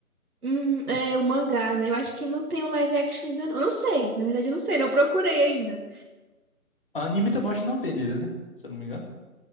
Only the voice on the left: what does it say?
Uhum.
A anime também acho que não tem dele, né? Se eu não me engano.